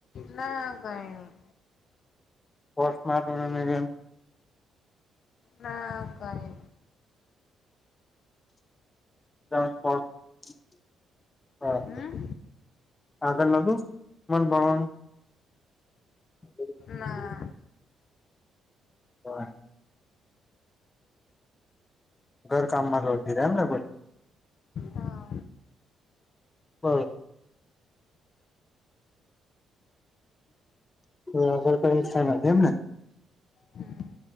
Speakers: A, on the left (about 60°); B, on the left (about 25°).
A: ના કઈણી.
B: પોસ્ટ મા <inaudible>
A: ના કાય.
B: <unintelligible> હા,
A: હમ
B: આગળ નું શું મન ભણવાનું? <inaudible>
A: ના
B: હ ઘર કામ માં જોી રહેે એમ નેધ
A: હા
B: હમ આગળ કઈ ઈચ્છા નથી એમ ને
A: હમ